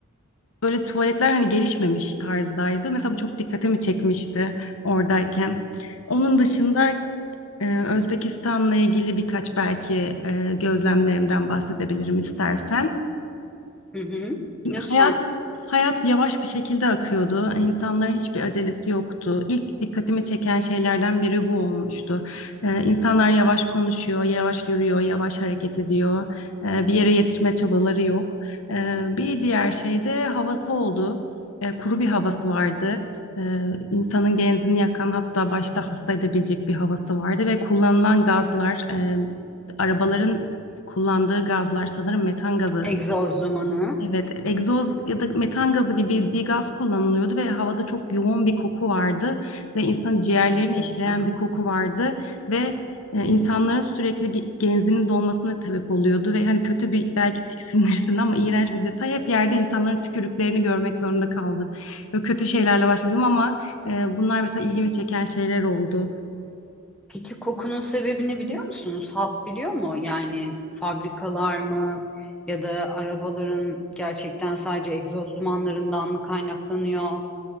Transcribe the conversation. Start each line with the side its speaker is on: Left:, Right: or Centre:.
Left: Böyle tuvaletler hani gelişmemiş tarzdaydı. Mesela bu çok dikkatimi çekmişti oradayken. Onun dışında e, Özbekistan'la ilgili birkaç belki e, gözlemlerimden bahsedebilirim istersen.
Centre: Hı hı. Lütfen.
Left: Hayat hayat yavaş bir şekilde akıyordu. İnsanların hiçbir acelesi yoktu. İlk dikkatimi çeken şeylerden biri bu olmuştu. Ee, insanlar yavaş konuşuyor, yavaş yürüyor, yavaş hareket ediyor. Ee, bir yere yetişme çabaları yok. Ee, bir diğer şey de havası oldu. Ee, kuru bir havası vardı. Ee, insanın genzini yakan hatta başta hasta edebilecek bir havası vardı ve kullanılan gazlar, e, arabaların kullandığı gazlar sanırım metan gazı
Centre: Egzoz dumanı.
Left: Evet, egzoz ya da metan gazı gibi bir gaz kullanılıyordu ve havada çok yoğun bir koku vardı ve insan ciğerlerini
Centre: Enteresan.
Left: işleyen bir koku vardı ve e, insanların sürekli ge- genzinin dolmasına sebep oluyordu ve hani kötü bir belki tiksinirsin ama iğrenç bir detay hep yerde insanların tükürüklerini görmek zorunda kaldım. Böyle kötü şeylerle başladım ama e, bunlar mesela ilgimi çeken şeyler oldu.
Centre: Peki kokunun sebebini biliyor musunuz? Halk biliyor mu? Yani fabrikalar mı ya da arabaların gerçekten sadece egzoz dumanlarından mı kaynaklanıyor?